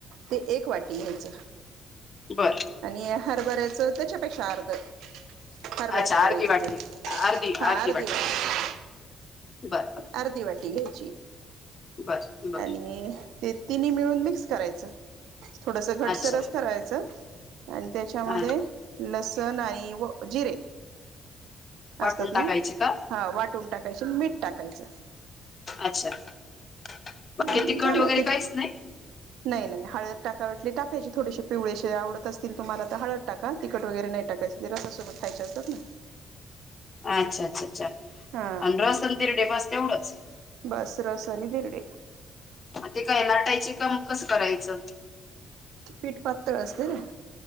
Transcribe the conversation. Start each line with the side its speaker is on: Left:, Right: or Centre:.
Right: ते एक वाटी घ्यायचं
Left: बर
Right: आणि हरभऱ्याचं त्याच्यापेक्षा अर्ध हरभऱ्याच्या
Left: अच्छा
Right: डाळीचं
Left: अर्धी वाटी
Right: पीठ
Left: अर्धी
Right: हा अर्धी
Left: वाटी
Right: वाटी
Left: बर बर
Right: अर्धी वाटी घ्याय ची
Left: बर बर
Right: आणि ते तिन्ही मिळून मिक्स करायचं थोडस घट
Left: अच्छा
Right: सरच करायचं आणि त्याच्यामध्ये
Left: हा
Right: लस तनई व जिरे
Left: वाटून
Right: असतात
Left: टाकायची
Right: ना
Left: का
Right: हा वाटून टाकायचे मीठ टाकायचं
Left: अच्छा बाकी
Right: आणि
Left: तिकट
Right: झालं
Left: वगैरे
Right: ते
Left: काहीच नाही
Right: नाही नाही हळद टाकावी वाटली तर टाकायची थोडीशी पिवळेसे आवडत असतील तुम्हाला तर हळद टाका तिखट वगैरे नाही टाकायच ते रसासोबत खायचे असतात ना
Left: अच्छा अच्छा अच्छा
Right: हा
Left: आणि रसन दिरडे बस तेवढंच
Right: बस रसानी धिर ते
Left: ते काय लाटायचे का मग कसं करायचं
Right: पीठ पातळ असते ना